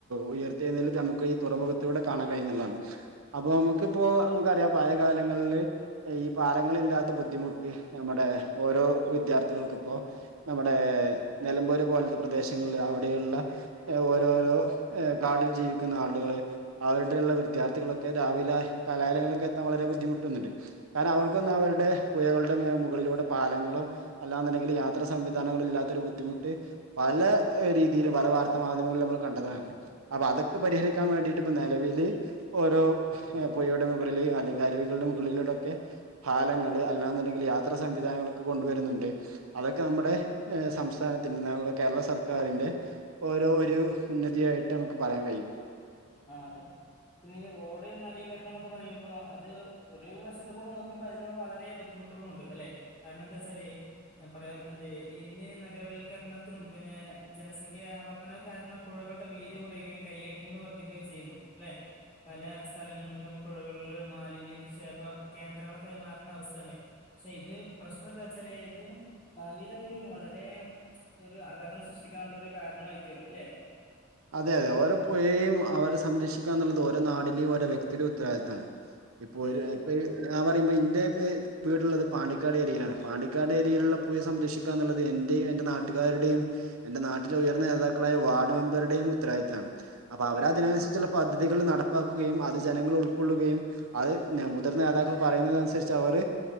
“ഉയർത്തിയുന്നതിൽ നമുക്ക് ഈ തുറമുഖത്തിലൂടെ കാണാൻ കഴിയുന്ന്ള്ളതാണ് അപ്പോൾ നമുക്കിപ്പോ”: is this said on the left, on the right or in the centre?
Right